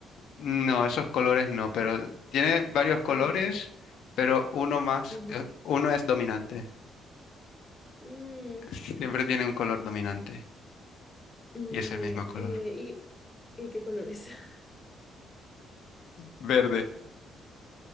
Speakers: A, on the left; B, on the left.
A: no, esos colores no, pero tiene varios colores,
B: Ah,
A: pero uno más,
B: ujú.
A: eh, uno es dominante.
B: Mm,
A: <laughs> Siempre tiene un color dominante
B: mm,
A: y es el
B: vale,
A: mismo color.
B: eh, ¿y, y qué colores? <laughs>
A: Verde,